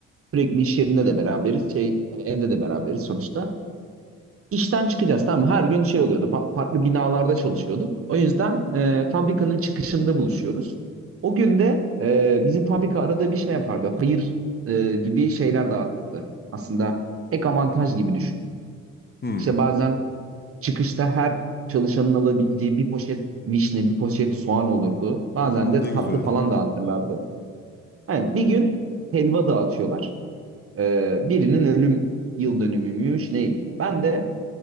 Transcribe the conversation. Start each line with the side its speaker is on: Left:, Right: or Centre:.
Right: sürekli iş yerinde de beraberiz. Şey e, evde de beraberiz sonuçta. İşten çıkacağız tamam mı? Her gün şey oluyordu. fa- farklı binalarda çalışıyorduk. O yüzden e, fabrikanın çıkışında buluşuyoruz. O gün de e, bizim fabrika arada bir şey yapardı. Hayır e, gibi şeyler dağıtırdı. Aslında ek avantaj gibi düşün.
Left: Hmm.
Right: İşte bazen çıkışta her çalışanın alabildiği bir poşet vişne, bir poşet soğan olurdu. Bazen
Left: Hmm,
Right: de
Left: ne
Right: tatlı
Left: güzel.
Right: falan dağıtırlardı. Yani bir gün helva dağıtıyorlar. E, birinin ölüm yıl dönümüymüş neymiş. Ben de